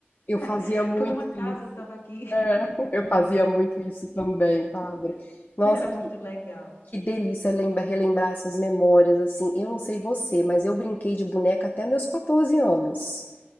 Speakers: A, on the left (about 45°); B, on the left (about 75°).
A: Eu fazia
B: <laughs>
A: muito
B: Por um acaso
A: isso.
B: eu tava aqui.
A: É, eu fazia muito isso também, Bárbara.
B: <laughs>
A: Nossa,
B: Era
A: que,
B: muito legal.
A: que delícia lembra- relembrar essas memórias, assim. Eu não sei você, mas eu brinquei de boneca até meus 14 anos.